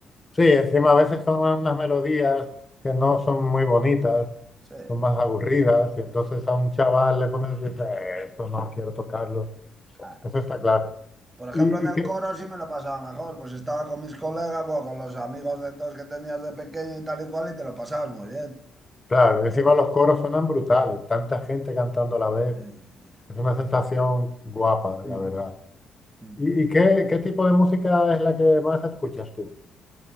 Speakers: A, on the left; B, on the right.
A: Sí, encima a veces son unas melodías que no son muy bonitas,
B: Sí,
A: son más aburridas, y entonces a un chaval le pones, dice, "Eh, esto no quiero tocarlo.
B: claro.
A: Eso está claro.
B: Por ejemplo,
A: Y,
B: en el
A: y que,
B: coro sí me lo pasaba mejor, pues estaba con mis colegas, bueno, con los amigos de todos que tenías de pequeño y tal y cual, y te lo pasabas muy bien.
A: claro, encima los coros suenan brutales, tanta gente cantando a la vez,
B: Sí, sí, sí.
A: es una sensación guapa,
B: Mm,
A: la verdad.
B: mm.
A: ¿Y, y qué, qué tipo de música es la que más escuchas tú?